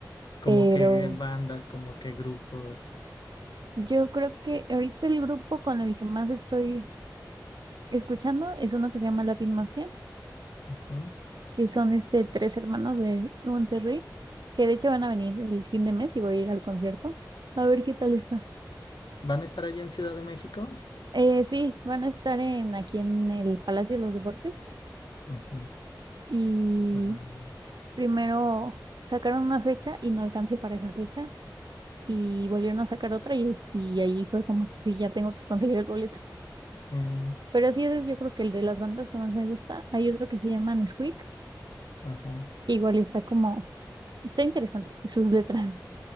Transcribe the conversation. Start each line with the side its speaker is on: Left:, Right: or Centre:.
Left: Como
Right: Pero
Left: que bandas, como que grupos.
Right: yo creo que ahorita el grupo con el que más estoy escuchando es uno que se llama Latin Mafia
Left: Ujú.
Right: que son este tres hermanos de Monterrey, que de hecho van a venir el fin de mes y voy a ir al concierto. A ver qué tal está.
Left: ¿Van a estar allá en Ciudad de México?
Right: Eh, sí, van a estar en aquí en el Palacio de los Deportes
Left: Ujú.
Right: y
Left: Ah,
Right: primero sacaron una fecha y no alcancé para esa fecha y volvieron a sacar otra y sí, ahí fue como que sí, ya tengo que conseguir el boleto.
Left: mm,
Right: Pero sí, ese es yo creo que el de las bandas que más me gusta. Hay otro que se llama Nesquik,
Left: ajá.
Right: que igual está como, está interesante sus letras.